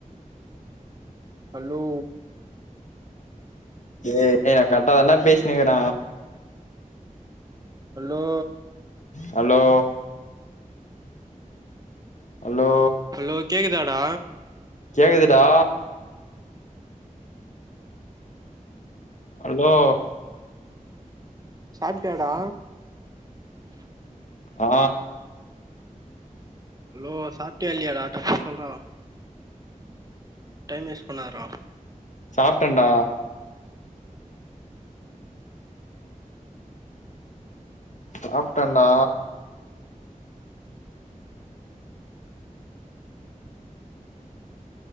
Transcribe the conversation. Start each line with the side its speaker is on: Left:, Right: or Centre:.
Right: ஹலோ
Left: டே நா கரெக்டாதான்டா பேசினிக்கிற
Right: ஹலோ
Left: ஹலோ ஹலோ
Right: ஹலோ கேக்குதாடா
Left: கேக்குதுடா ஹலோ
Right: சாப்டியாடா
Left: ஆ
Right: ஹலோ சாப்டியா இல்லையாடா டக்குனு சொல்றா டைம் வேஸ்ட் பண்ணாதடா
Left: சாப்டண்டா சாப்டண்டா